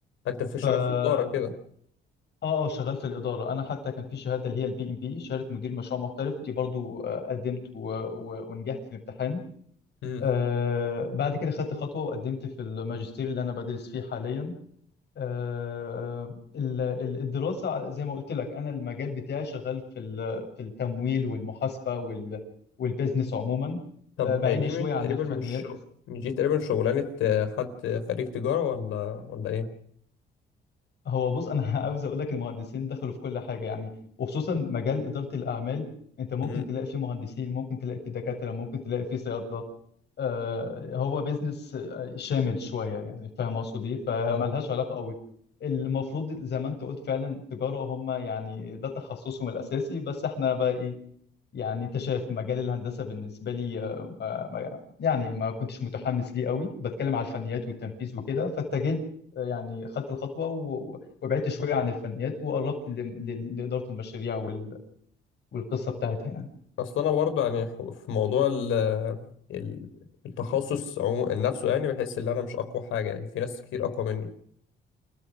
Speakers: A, on the left; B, on the left.
A: انت في
B: ف
A: شغال
B: اه
A: في الإدارة كده
B: اه شغال في الاداره انا حتى كان في شهاده اللي هي البي ام بي شهاده مدير مشروع محترف دي برضو آه، قدمت و... و... ونجحت في الامتحان
A: امم
B: آه، بعد كده خدت خطوه وقدمت في الماجستير اللي انا بدرس فيه حاليا آه، آه، ال- ال- الدراسة زي ما قلت لك أنا المجال بتاعي شغال في ال- في التمويل والمحاسبة وال- والبيزنس عموما
A: طب
B: آه، بعيد
A: هي دي
B: شوية
A: مش
B: عن
A: تقريبا
B: الفنيات
A: مش شغ- مش دي تقريبا شغلانة آه، حد خريج تجارة ولا ولا ايه؟
B: هو بص انا <laughs> عاوز اقول لك المهندسين دخلوا في كل حاجه يعني وخصوصا مجال اداره الاعمال انت ممكن
A: امم
B: تلاقي فيه مهندسين ممكن تلاقي فيه دكاتره ممكن تلاقي فيه صيادله آه، هو بيزنس آه، شامل شويه يعني فاهم اقصد ايه فملهاش
A: اه
B: علاقه قوي المفروض زي ما انت قلت فعلا تجاره هم يعني ده تخصصهم الاساسي بس احنا بقى ايه يعني انت شايف مجال الهندسه بالنسبه لي آه، ما ما- يعني ما كنتش متحمس ليه قوي بتكلم على الفنيات والتنفيذ وكده فاتجهت آه، يعني خدت الخطوه و- و- وبعدت شويه عن الفنيات وقربت ل- ل- لاداره المشاريع وال- والقصه بتاعتها يعني
A: اصل انا برضه يعني ح- في موضوع ال ال- التخصص عمو... نفسه يعني بحس ان انا مش اقوى حاجة يعني في ناس كتير اقوى مني